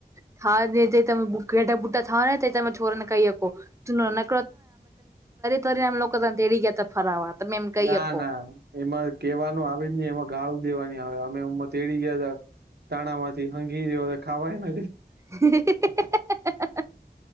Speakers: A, on the right (about 20°); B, on the right (about 80°).
A: <unintelligible> તે તમે છોરો ને કહી હકો. <unintelligible> તેડી ગયા તા ફરાવા તમે કહી
B: ના
A: હકો
B: ના એમાં કેવાનું આવે જ નહી એમાં ગાળું દેવાની આવે અમે <unintelligible> તેડી ગયા તા. તાણા માંથી <unintelligible> ખાવાય નથી.
A: <inaudible>